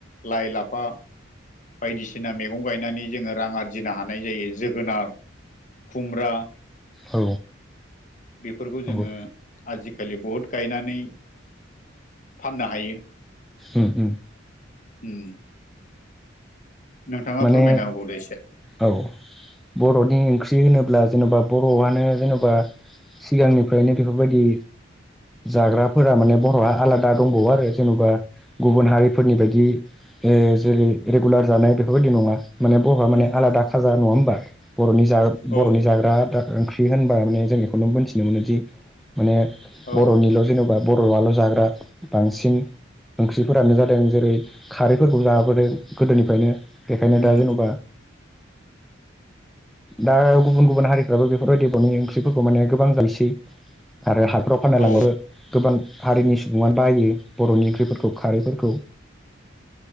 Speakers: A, on the left; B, in the centre.
A: लाइ लाफा बायदिसिना मैगं गायनानै जोङो रां आरजिनो हानाय जायो जोगोनार खुमब्रा
B: औ
A: बेफोरखौ जोङो
B: नंगौ
A: आरजि खालि बुध गायनानै फाननो हायो।
B: उम उम।
A: उम। नोंथाङा
B: माने
A: फोरमायना होबावदो एसे
B: औ बर'नि ओंख ख्रि होनोब्ला जेन'बा बर'आनो जेनेबा सिगांनिफ्रायनो बेफोरबायदि जाग्राफोरा माने बर'आ आलादा दंबावो आरो जेन'बा गुबुन हारिफोरनि बायदि ओ जेरै रेगुलार जानाय बेफोरबायदि नङा। माने बर'हा माने
A: उम
B: आलादा
A: उम
B: खाजा नङा होमबा? बर'नि जाग
A: औ
B: बर'नि जाग्रा आदा ओंख्रि होनबा माने जों जों बेखौनो मोनथिनो मोनोदि माने
A: औ
B: बर'निल' जेन'बा बर'आल' जाग्रा बांसिन ओंख्रिफोरानो जादों जेरै खारैफोरखौ जाबोदों गोदोनिफ्रायनो। बेखायनो
A: उम
B: दा जेनेबा दा गुबुन गुबुन हारिफ्राबो बेफोरबायदि बर'नि ओंख्रिफोरखौ माने गोबां जायोसै। आरो हाफ्राव फाननो
A: औ
B: लांबाबो गोबां हारिनि सुबुङानो बायो बर'नि ओंख्रिफोरखौ खारैफोरखौ।